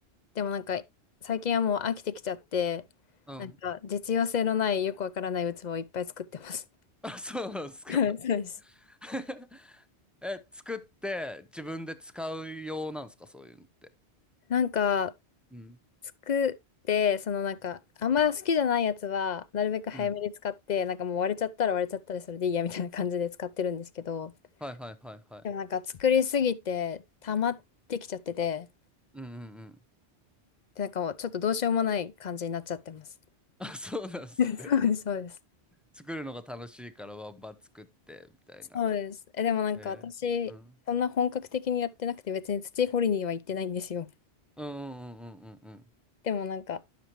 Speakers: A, on the left; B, in the centre.
A: でもなんか最近はもう飽きてきちゃって、
B: うん。
A: なんか実用性のないよくわからない器をいっぱい作ってます。
B: <laughs> あ、そうなんですか。
A: <laughs> はいそうです。
B: <laughs> え、作って自分で使う用なんですかそういうのって。
A: なんか
B: うん、
A: 作って、そのなんかあんま好きじゃないやつはなるべく早めに使って、
B: うん。
A: なんかもう割れちゃったら割れちゃったりそれでいいやみたいな感じで使ってるんですけど、
B: はいはいはいはい。
A: でもなんか作りすぎて溜まってきちゃってて、
B: うんうんうん。
A: でなんかもうちょっとどうしようもない感じになっちゃってます。
B: あ、そうなんですね。
A: <laughs> そうです、そうです。
B: 作るのが楽しいからバンバン作ってみたいな。
A: そうです。え、でもなんか私、
B: えー、うん。
A: そんな本格的にやってなくて別に土掘りには行ってないんですよ。
B: うんうんうんうんうんうん。
A: でもなんか、